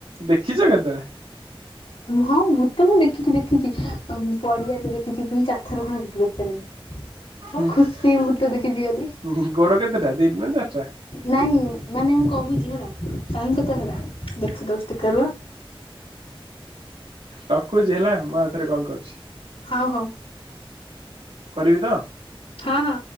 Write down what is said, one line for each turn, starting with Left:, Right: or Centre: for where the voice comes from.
Right: ଦେଖିଛ କେତେବେଳେ?
Left: ହଁ ଭୂତ ମୁଁ ଦେଖିଛି ଦେଖିଛି ପଡ଼ିଆରେ ଦେଖିଛି ତିନି ଚାରଥର ଖଣ୍ଡେ ଭୂତ ଦେଖି ସାରିଲିଣି।
Right: ହ
Left: ମୁଁ ଖୁସି ଭୂତ ଦେଖିଛି ବୋଲି
Right: ଗୋଡ଼ କେତେଟା ଦିଟା ନା ଚାରଟା?
Left: ନାଇଁ ମାନେ ମୁଁ କହୁଛି ହେଲା ଟାଇମ୍ କେତେ ହେଲା ଦେଖି ଦଉଛି ଟିକେ ରୁହ
Right: ରଖୁଛି ହେଲା ମୁଁ ଆଉ ଥରେ କଲ କରୁଛି
Left: ହଉ ହଉ
Right: କରିବି ତ?
Left: ହଁ ହଁ।